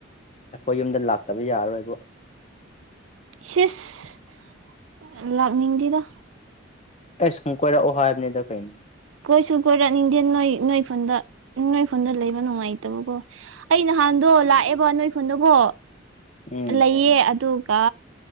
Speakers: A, on the left; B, on the right.
A: ꯑꯩꯈꯣꯏ ꯌꯨꯝꯗ ꯂꯥꯛꯇꯕ ꯌꯥꯔꯔꯣꯏꯕꯨ
B: <unintelligible> ꯂꯥꯛꯅꯤꯡꯗꯦꯗ
A: ꯑꯩ ꯁꯨꯝ ꯀꯣꯏꯔꯛꯑꯣ ꯍꯥꯏꯕꯅꯤꯗ ꯀꯩꯅꯣ
B: ꯀꯣꯏꯁꯨ ꯀꯣꯏꯔꯛꯅꯤꯡꯗꯦ ꯅꯣꯏ ꯅꯣꯏꯈꯣꯟꯗ ꯅꯣꯏꯈꯣꯟꯗ ꯂꯩꯕ ꯅꯨꯡꯉꯥꯏꯇꯕꯀꯣ ꯑꯩ ꯅꯍꯥꯟꯗꯣ ꯂꯥꯛꯑꯦꯕ ꯅꯣꯏ ꯈꯨꯟꯗꯀꯣ
A: ꯎꯝ
B: ꯂꯩꯌꯦ ꯑꯗꯨꯒ